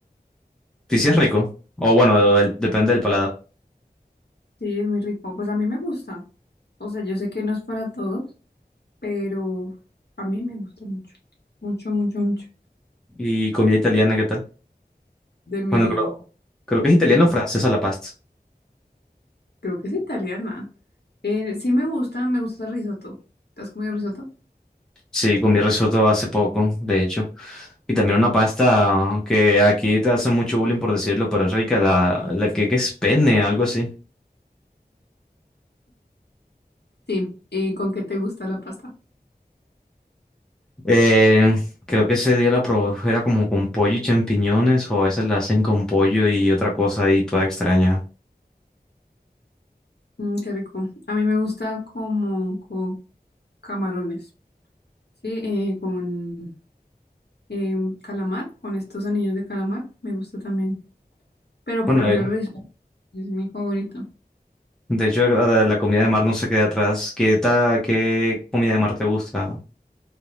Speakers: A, in the centre; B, on the left (about 85°).
A: Sí, sí es rico, o bueno, el- depende del paladar.
B: Sí, es muy rico. Pues a mí me gusta. O sea, yo sé que no es para todos, pero a mí me gusta mucho. Mucho, mucho, mucho.
A: ¿Y comida italiana qué tal?
B: De mi,
A: Bueno, creo, creo que es italiano
B: creo que
A: o francesa la pasta.
B: creo que es italiana. Eh, sí me gusta, me gusta el risotto. ¿Te has comido risotto?
A: Sí, comí risotto hace poco, de hecho. Y también una pasta que aquí te hacen mucho bullying por decirlo, pero es rica, la, la que, que es penne, algo así.
B: Sí. ¿Y con qué te gusta la pasta?
A: Eh, creo que ese día la probé, era como con pollo y champiñones, o a veces la hacen con pollo y otra cosa y toda extraña.
B: Mm, qué rico. A mí me gusta como con camarones. Sí, eh, con eh, calamar, con estos anillos de calamar, me gusta también. Pero prefiero
A: Bueno, eh,
B: risotto, es mi favorito.
A: de hecho la, la comida de mar no se queda atrás. ¿Qué, ta- qué comida de mar te gusta?